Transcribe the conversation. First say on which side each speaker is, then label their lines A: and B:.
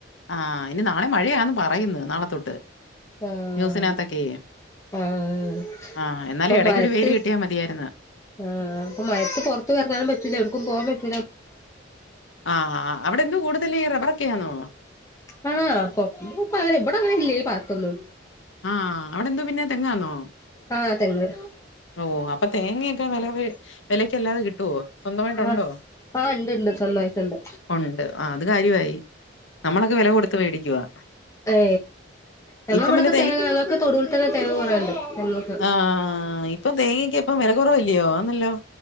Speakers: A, on the left (about 85°); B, on the left (about 15°).
A: ആ ഇനി നാളെ മഴയാന്ന് പറയുന്നു നാളെ തൊട്ട്
B: ആഹ്
A: ന്യൂസിനകത്തൊക്കെയ്.
B: ആഹ്
A: ആഹ എന്നാലും
B: ഇപ്പൊ
A: ഇടക്കൊരു
B: മഴത്ത്
A: വെയില് കിട്ടിയാമതിയായിരുന്ന്.
B: ആഹ് പ്പ മഴത്ത് പുറത്തവറങ്ങാനും പറ്റൂല്ല എവിടക്കും പോൻ പറ്റ
A: ആ ആ അവിടെ എന്ത കൂടുതൽ ഈ റബ്ബറക്കെയാന്നൊ?
B: ആ കൊ കൊപ്പ അവന ബടെ അങ്ങനെല്യ ഈ പത്തൊന്നും.
A: ആഹ അവിടെ എന്തോ പിന്നെ തെങ്ങാന്നോ?
B: ആഹ തെങ്ങ്.
A: ഓ അപ്പൊ തേങ്ങയൊക്കെ വലവെ വെലക്കല്ലാതെ കിട്ടുവോ സ്വന്തമായിട്ടുണ്ടോ?
B: ആഹ് ആഹ് ഇണ്ട് ഇണ്ട് സ്വന്തമായിട്ടുണ്ട്
A: ഉണ്ട് അ അത് കാര്യമായി നമ്മളൊക്കെ വില കൊടുത്ത് മേടിക്കുവാ.
B: ഏ ഞങ്ങളവിടൊക്കെ
A: ഇപ്പം പിന്നെ
B: തേങ്ങ ഞങ്ങക്ക് തൊടുവിൽ തന്നെ തേങ്ങ കുറേയുണ്ട് ഞങ്ങക്ക്.
A: ആഹ് ഇപ്പം തേങ്ങക്ക് അപ്പം വില കുറവല്ലയോ ആന്നല്ലോ.